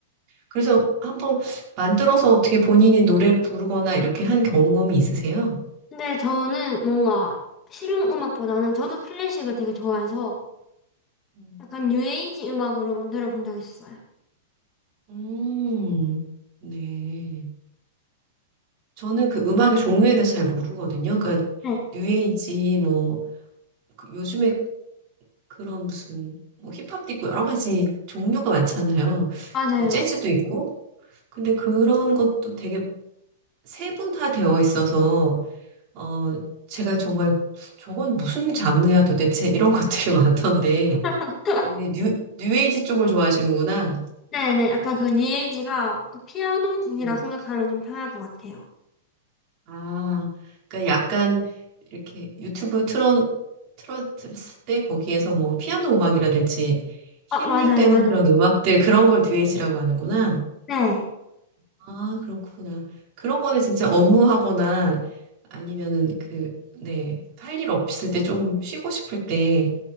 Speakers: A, on the right; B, on the left.
A: 그래서 한번 만들어서 어떻게 본인이 노래를 부르거나 이렇게 한 경험이 있으세요?
B: 근데 저는 뭔가 실용 음악보다는 저도 클래식을 되게 좋아해서
A: 음.
B: 약간 뉴에이지 음악으로 만들어 본 적 있어요.
A: 음, 네. 저는 그 음악의 종류에 대해서 잘 모르거든요. 그러니까
B: 네.
A: 뉴에이지 뭐 그 요즘에 그런 무슨 뭐 힙합도 있고 여러 가지 종류가 많잖아요.
B: 맞아요.
A: 뭐 재즈도 있고. 근데 그런 것도 되게 세분화되어 있어서 어 제가 정말 저건 무슨 장르야 도대체 이런 것들이 <laughs> 많던데
B: <laughs>
A: 근데 뉴, 뉴에이지 쪽을 좋아하시는구나.
B: 네네, 약간 그 뉴에이지가 그 피아노 곡이라
A: 음.
B: 생각하면 좀 편할 것 같아요.
A: 아, 그러니까 약간 이렇게 유튜브 틀어 틀었을 때 거기에서 뭐 피아노 음악이라든지 힐링되는
B: 아, 맞아요, 맞아요.
A: 그런 음악들 그런 걸 뉴에이지라고 하는구나.
B: 네.
A: 아, 그렇구나. 그런 거는 진짜 업무하거나 아니면은 그, 네, 할 일 없을 때 조금 쉬고 싶을 때